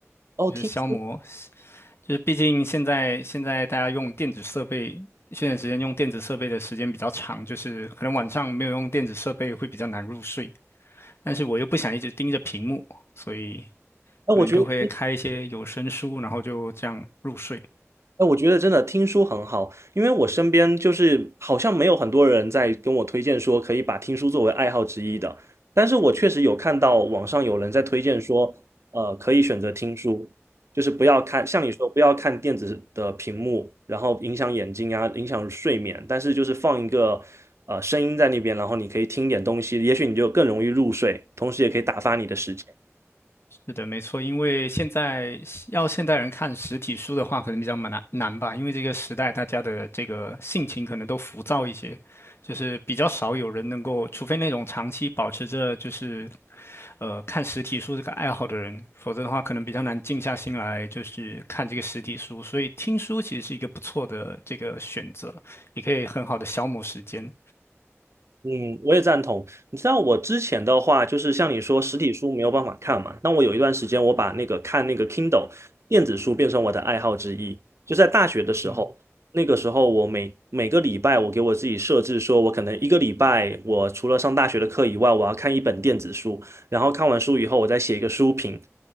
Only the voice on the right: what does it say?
哦，
听说，
哎，
我觉得听
哎，我觉得真的听书很好，因为我身边就是好像没有很多人在跟我推荐说可以把听书作为爱好之一的，但是我确实有看到网上有人在推荐说，呃，可以选择听书，就是不要看，像你说不要看电子的屏幕，然后影响眼睛啊，影响睡眠，但是就是放一个呃声音在那边，然后你可以听点东西，也许你就更容易入睡，同时也可以打发你的时间。
嗯，我也赞同。你知道我之前的话，就是像你说实体书没有办法看嘛，那我有一段时间我把那个看那个 Kindle 电子书变成我的爱好之一。就在大学的时候，
那个时候我每每个礼拜我给我自己设置说，我可能一个礼拜我除了上大学的课以外，我要看一本电子书，然后看完书以后我再写一个书评。